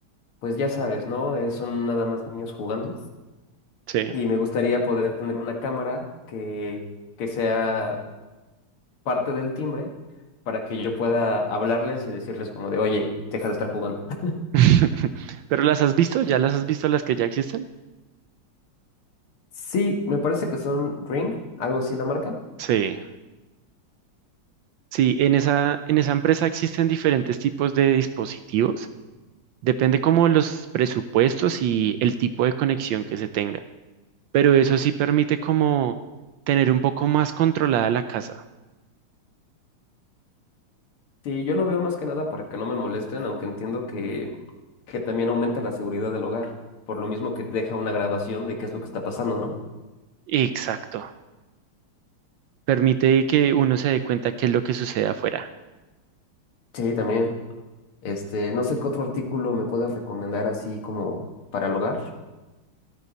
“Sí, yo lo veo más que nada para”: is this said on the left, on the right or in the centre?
Left